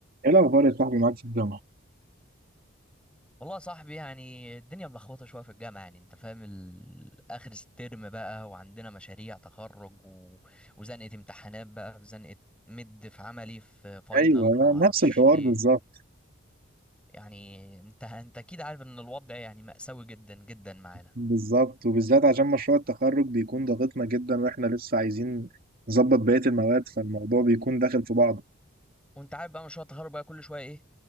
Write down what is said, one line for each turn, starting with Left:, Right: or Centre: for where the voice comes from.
Right: ايه الاخبار يا صاحبي معاك في الجامعه
Centre: والله يا صاحبي يعني الدنيا ملخبطه شويه في الجامعه يعني انت فاهم ال- اخر الترم بقى وعندنا مشاريع تخرج و... وزنقه امتحانات بقى في زنقه مد في عملي في فاينل
Right: ايوه
Centre: في معرفش
Right: نفس الحوار
Centre: ايه
Right: بالظبط
Centre: يعني انت انت اكيد عارف ان الوضع يعني مأساوي جدا جدا معانا
Right: بالظبط وبالذات عشان مشروع التخرج بيكون ضاغطنا جدا واحنا لسه عايزين نظبط بقيه المواد فالموضوع بيكون داخل في بعضه
Centre: وانت عارف بقى مشروع التخرج بقى كل شويه ايه